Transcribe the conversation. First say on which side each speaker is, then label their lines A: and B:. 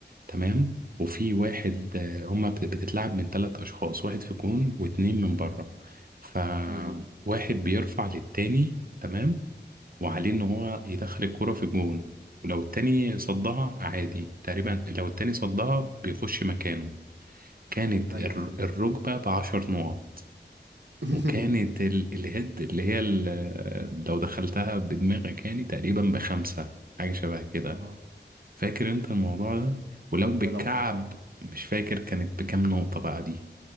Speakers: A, on the right; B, on the right.
A: تمام وفي واحد آه، هما بت- بتتلعب من ثلاث أشخاص واحد في جون واتنين من بره فواحد
B: امم
A: بيرفع للتاني تمام وعليه إن هو يدخل الكرة في جون ولو التاني صدها عادي تقريبا لو التاني صدها بيخش مكانه كانت
B: أيوة
A: الر-
B: أيوة
A: الركبة بعشر نقط
B: <laughs>
A: وكانت ال- الهيد اللي هي ال- لو دخلتها بدماغك يعني تقريبا بخمسة حاجة شبه كده
B: اه
A: فاكر انت الموضوع ده ولو بالكعب
B: ولو
A: مش فاكر كانت بكام نقطة بقى دي